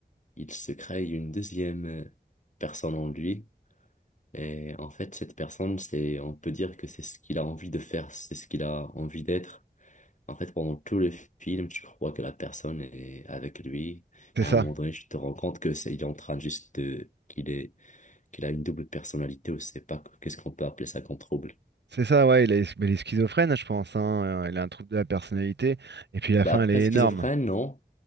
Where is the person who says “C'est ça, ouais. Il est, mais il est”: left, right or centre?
Right